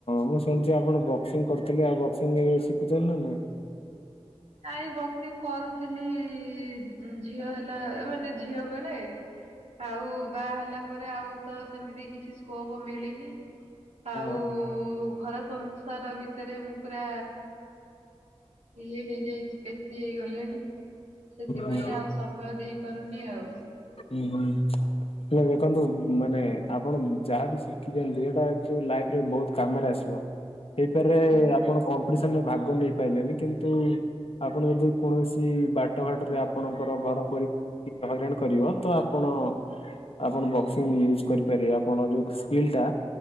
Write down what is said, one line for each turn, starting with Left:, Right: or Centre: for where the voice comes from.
Left: ମୁଁ ଶୁଣିୁଛି ଆପଣ ବକ୍ସିଂ କରିୁଥିଲେ ଆଉ ବକ୍ସିଂ ଶିଖୁଛନ୍ତି ନା ନାଇଁ? <inaudible>
Right: ନାଇଁ ବକ୍ସିଂ କରୁଥିଲି ଉ ଝିଅ ହେଲା ମାନେ ଝିଅ ବେ ନାଇ ଆଉ ବାଆ ହେଲା ପରେ ଆଉ ତ ସେମିତି କିଛି ସ୍କୋପ ମିଳିନି
Left: ହଁ
Right: ଆଉ ଘର ସଂ ସା ସାର ଭିତରେ ମୁଁ ପୁରା ଇଏ ହେଇ ଚି ପେଶୀ ହେଇଗଲେଣି ସେଥିପାଇଁ
Left: ହୁଁ
Right: ଆଉ ସମୟ ଦେଇପାରୁନି ଆଉ।
Left: ହୁଁ ହୁଁ ହେ ଦେଖନ୍ତୁ ମାନେ ଆପଣ ଯାହାବି ଶିଖିଛନ୍ତି ସେଟା ଲାଇଫରେ ବହୁତ କାମରେ ଆସିବ। ହେଇପାର
Right: ଆଜ୍ଞା। ହଁ
Left: ଆପଣ କମ୍ପିଟିସନରେ ଭାଗ ନେଇପାଇଲେନି କିନ୍ତୁ ଆପଣ ଯଦି କୌଣସି ବାଟଘାଟରେ ଆପଣଙ୍କର ଘର ପରିବାରକୁ କିଏ ହଇରାଣ କରିବ ତ ଆପଣ ଆପଣ ବକ୍ସିଂ ୟୁଜ କରିପାରିବେ ଆପଣ ଯୋଉ ସ୍କିଲ୍ ଟା